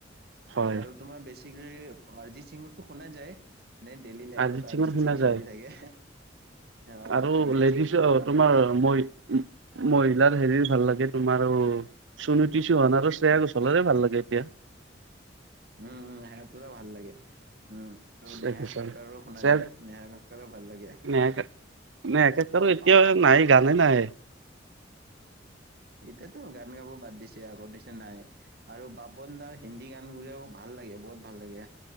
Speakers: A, on the right (about 80°); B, on the right (about 55°).
A: হয়
B: আৰু তোমাৰ বেছি। টিকলি <unintelligible> অৰজিত সিংৰটো শুনা যায়। মানে ডেইলি লাইফত
A: অৰজিত
B: অৰিজিত
A: সিংৰ শুনা
B: সিং
A: যায়।
B: চলি থাকে অ
A: আৰু
B: অৰিজিত
A: লেডিছ
B: সিং ক'ব নালাগে
A: তোমাৰ ম- মহিলাৰ হেৰি ভাল লাগে। তোমাৰো কিছু হোৱা নাই আৰু স্নেহা গোছলাৰো ভাল লাগে এতিয়া
B: উম উম হেৰা তোৰো ভাল লাগে উম আৰু
A: শ্ৰেয়া
B: নেহা
A: ঘোষাল
B: কককাৰো শুনা
A: শ্ৰেয়া
B: যায় নেহা কককাৰো ভাল লাগে
A: নেহা নেহা কাক্কাৰৰ
B: আৰু
A: এতিয়া
B: পাপ
A: নাই
B: পাপন
A: গানে
B: দা
A: নাহে।
B: এতিয়াতো গান গাব বাদ দিছে আগৰ নিচিনা নাই আৰু বাপু পাপন দাৰ হিন্দী গানবোৰেও ভাল লাগে বহুত ভাল লাগে